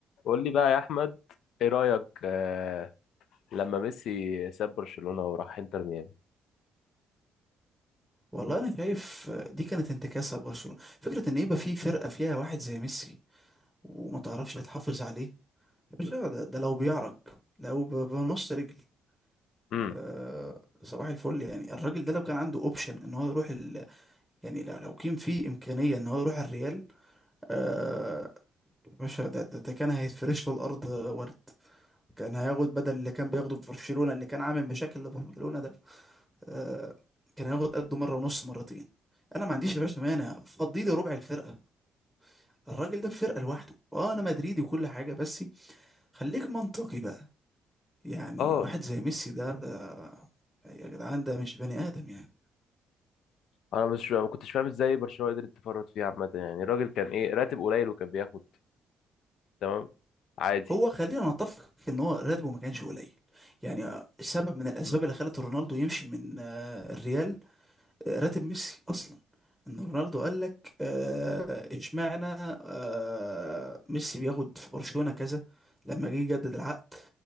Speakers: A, on the left (about 70°); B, in the centre.
A: قول لي بقى يا احمد ايه رايك آه لما ميسي ساب برشلونه وراح انتر ميامي
B: والله انا شايف دي كانت انتكاسه لبرشلونه فكره ان يبقى في فرقه فيها واحد زي ميسي وما تعرفش تحافظ عليه يا باشا ده, ده لو بيعرج لو ب- بنص رجل
A: امم
B: أه صباح الفل يعني الراجل ده لو كان عنده اوبشن ان هو يروح ال... يعني لو لو كان في امكانيه ان هو يروح الريال أه يا باشا ده, ده, ده كان هيتفرش له الارض ورد كان هياخد بدل اللي كان بياخده في برشلونه اللي كان عامل مشاكل لبرشلونه ده أه كان هياخد قده مره ونص مرتين انا ما عنديش يا باشا مانع فضي لي ربع الفرقه الراجل ده في فرقة لوحده اه انا مدريدي وكل حاجة بس خليك منطقي بقى يعني
A: اه
B: واحد زي ميسي ده ده يا جدعان ده مش بني ادم يعني
A: انا مش ما كنتش فاهم ازاي برشلونه قدرت تفرط فيه عامه يعني الراجل كان ايه راتب قليل وكان بياخد تمام عادي
B: هو خلينا نتفق ان هو راتبه ما كانش قليل يعني سبب من الاسباب
A: امم
B: اللي خلت رونالدو يمشي من آه، الريال آه، راتب ميسي اصلا ان رونالدو قال لك آه، اشمعنى آه، ميسي بياخد في برشلونة كذا لما جه يجدد العقد